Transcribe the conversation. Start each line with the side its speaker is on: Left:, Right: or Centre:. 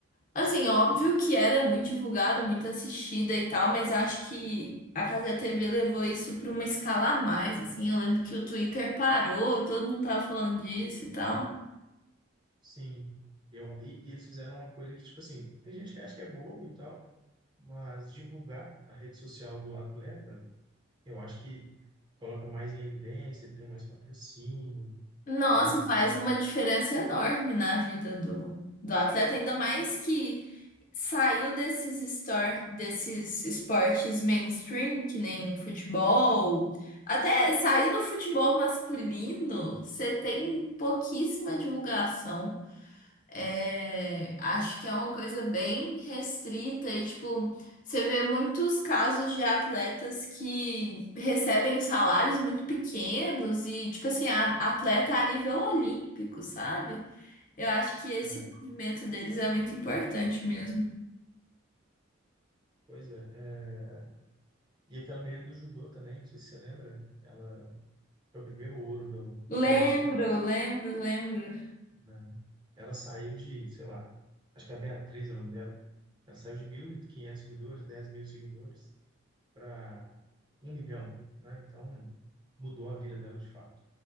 Left: Assim, óbvio que era muito divulgada, muito assistida e tal, mas acho que a Cazé TV levou isso pra uma escala a mais, assim. Eu lembro que o Twitter parou, todo mundo tava falando disso e tal.
Right: Sim, eu, e, e eles fizeram uma coisa que, tipo assim, tem gente que acha que é bobo e tal, mas divulgar a rede social do atleta, eu acho que coloca mais em evidência, ele tem mais patrocínio,
Left: Nossa,
Right: né? Ele,
Left: faz uma diferença enorme na vida do, do atleta, ainda mais que saiu desses, store, desses esportes mainstream, que nem futebol. Até saiu do futebol masculino, você tem pouquíssima divulgação. É, acho que é uma coisa bem restrita e, tipo, você vê muitos casos de atletas que recebem salários muito pequenos e, tipo assim, a- atleta a nível olímpico, sabe? Eu acho que esse
Right: é,
Left: movimento deles é muito importante mesmo.
Right: pois é, é. E aquela menina do judô também, não sei se você lembra, ela foi o primeiro ouro do, do
Left: Lembro,
Right: Brasil,
Left: lembro, lembro.
Right: né? Ela saiu de, sei lá, acho que é a Beatriz é o nome dela, ela saiu de 1.500 seguidores, 10 mil seguidores, para um milhão, né? Então. mudou a vida dela de fato